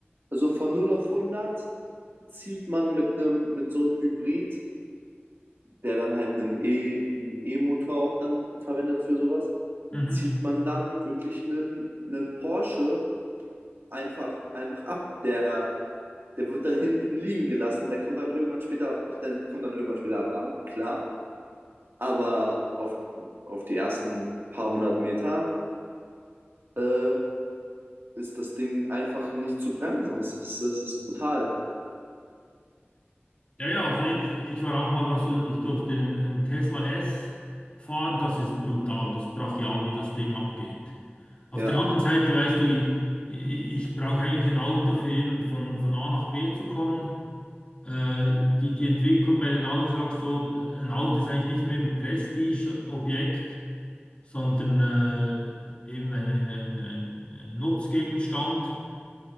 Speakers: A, on the right (about 60°); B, on the left (about 30°).
A: also von null auf hundert zieht man mit einem, mit so einem Hybrid, der dann halt einen E, einen E-Motor auch dann verwendet für sowas,
B: mhm.
A: zieht man dann wirklich einen, einen Porsche einfach, einfach ab. Der der wird dann hinten liegen gelassen, der kommt dann irgendwann später, der kommt dann irgendwann später ran, klar, aber auf, auf die ersten paar hundert Meter äh, ist das Ding einfach nicht zu bremsen. Das ist, das ist brutal.
B: Ja, ja, also ich, ich war auch mal da so, ich durfte einen, einen Tesla S fahren, das ist brutal, das ist brachial, wie das Ding abgeht. Auf
A: Ja,
B: der anderen Seite, weißt du, ich, ich, ich brauche eigentlich ein Auto für eben von, von A nach B zu kommen. Äh, die, die Entwicklung bei den Autos ist auch so, ein Auto ist eigentlich nicht mehr ein Prestige-Objekt, sondern äh, eben ein, ein, ein, ein, ein Nutzgegenstand.